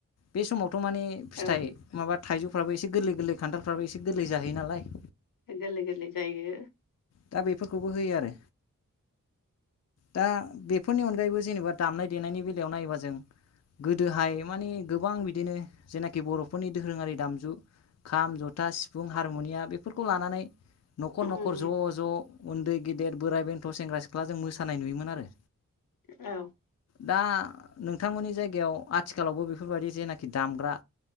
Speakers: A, on the left; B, on the left.
A: बे समाव थ' माने फिथाइ
B: औ
A: माबा थाइजौफ्राबो एसे गोरलै गोरलै खान्थालफ्राबो एसे गोरलै जाहयो नालाय
B: गोरलै गोरलै जायो
A: दा बेफोरखौबो होयो आरो दा बेफोरनि अनगायैबो जेनेबा दामनाय देनायनि बेलायाव नायोबा जों गोदोहाय माने गोबां बिदिनो जेनाखि बर'फोरनि दोरोङारि दामजु खाम जथा सिफुं हारमुनिया बेफोरखौ लानानै न'खर
B: उम
A: न'खर ज' ज' उन्दै गेदेर बोराइ बेन्थ' सेंग्रा सिख्ला जों मोसानाय नुयोमोन आरो
B: औ
A: दा नोंथांमोननि जायगायाव आथिखालावबो बेफोरबायदि जेनाखि दामग्रा